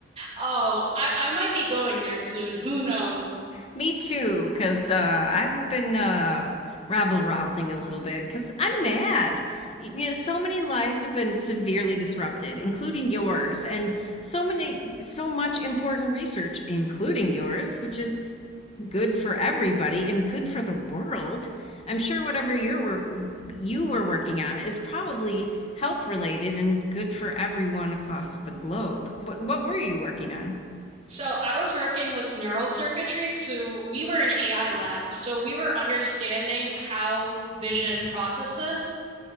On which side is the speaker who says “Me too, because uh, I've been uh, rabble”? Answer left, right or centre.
Left